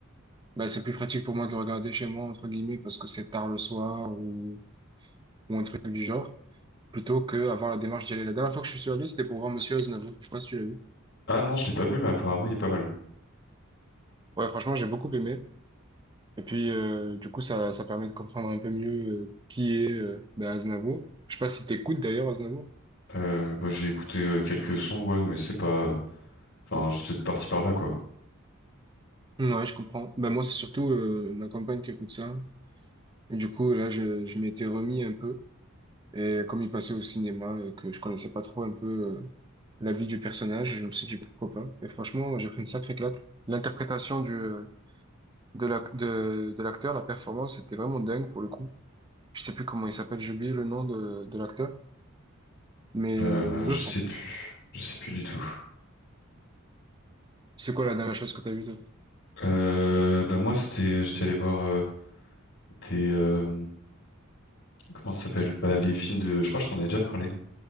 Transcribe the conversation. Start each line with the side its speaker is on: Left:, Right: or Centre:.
Right: bah, c'est plus pratique pour moi de le regarder chez moi, entre guillemets, parce que c'est tard le soir ou, ou un truc du genre, plutôt que avoir la démarche d'y aller. La dernière fois que je suis allé, c'était pour voir Monsieur Aznavour. Je sais pas si tu l'as vu.
Left: Ah non, je l'ai pas vu, mais apparemment il est pas mal.
Right: Ouais, franchement, j'ai beaucoup aimé. Et puis, euh, du coup, ça, ça permet de comprendre un peu mieux euh, qui est euh, bah, Aznavour. Je sais pas si t'écoutes d'ailleurs Aznavour.
Left: Euh, bah, j'ai écouté euh, quelques sons, ouais, mais c'est pas. Enfin, je suis parti par là, quoi.
Right: Ouais, je comprends. Ben moi, c'est surtout euh, ma compagne qui écoute ça. Et du coup, là, je, je m'étais remis un peu. Et comme il passait au cinéma et que je connaissais pas trop un peu euh, la vie du personnage, je me suis dit pourquoi pas. Et franchement, j'ai pris une sacrée claque. L'interprétation du euh, de la, de, de l'acteur, la performance était vraiment dingue pour le coup. Je sais plus comment il s'appelle, j'ai oublié le nom de, de l'acteur, mais
Left: Euh,
Right: euh, bluffant.
Left: je sais plus, je sais plus du tout.
Right: C'est quoi la dernière chose que t'as vue, toi?
Left: Euh, bah moi, c'était, j'étais allé voir euh, des, euh, comment ça s'appelle? Bah les films de, je crois que je t'en ai déjà parlé.